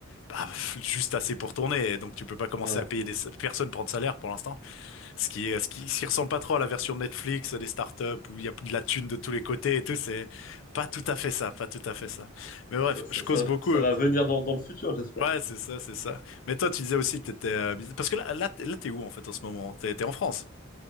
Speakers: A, on the left (about 70°); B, on the left (about 40°).
A: bah <laughs> juste assez pour tourner, et donc tu peux pas commencer
B: Ouais.
A: à payer des personnes prend de salaire pour l'instant. Ce qui est, ce qui, ce qui ressemble pas trop à la version Netflix des startups où il y a de la thune de tous les côtés et tout, c'est pas tout à fait ça, pas tout à fait ça. Mais bref,
B: Ça, ça,
A: je cause
B: ça,
A: beaucoup.
B: ça
A: euh,
B: va venir dans, dans le futur, j'espère.
A: Ouais, c'est ça, c'est ça. Mais toi, tu disais aussi que t'étais, euh, business- parce que là, là, t'es là, t'es où en fait en ce moment? T'es, t'es en France?